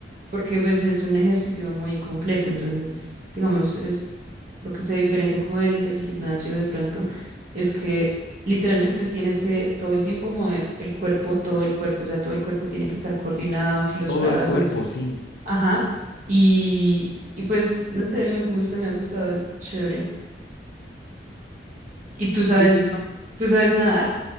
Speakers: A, on the right (about 45°); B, on the left (about 75°).
A: porque pues es un ejercicio muy completo, entonces, digamos, es lo que se diferencia como del, del gimnasio de pronto, es que literalmente tienes que todo el tiempo mover el cuerpo, todo el cuerpo, o sea, todo el cuerpo tiene que estar coordinado, que los
B: Todo
A: brazos
B: el cuerpo, sí.
A: Ajá. Y, y pues, no sé, me gusta, me ha gustado, es chévere. ¿Y tú sabes,
B: Sí, sí, no.
A: tú sabes nadar?